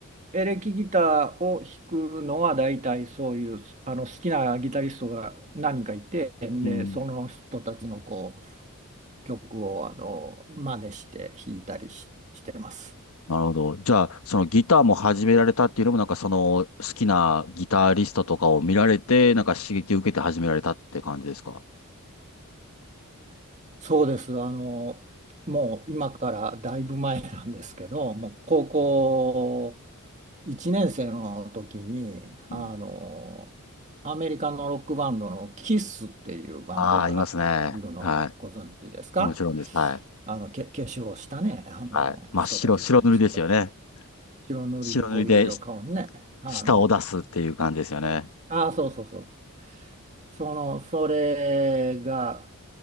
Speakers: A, on the right (about 30°); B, on the left (about 70°).
A: エレキギターを弾くのは大体そういう、あの、好きなギタリストが何人かいて、で、
B: うん。
A: その人たちのこう、曲を、あの、真似して弾いたりし、してます。
B: なるほど。じゃあ、そのギターも始められたっていうのも、なんかその好きなギタリストとかを見られて、なんか刺激を受けて始められたって感じですか。
A: そうです。あの、もう今からだいぶ前なんですけど、もう高校1年生の時に、あの、
B: うん。
A: アメリカのロックバンドのキスっていうバンドがいるのご存知ですか
B: ああ、いますね。はい。もちろんです。はい。
A: あの、け、化粧をしたね、あの、
B: はい。真っ白、
A: 人たちがいますけど、
B: 白塗りですよね。
A: 白塗りでこういろいろ顔にね、
B: 白塗りでし
A: あの、
B: 舌を出すっていう感じですよね。
A: ああ、そうそうそうそう。その、それが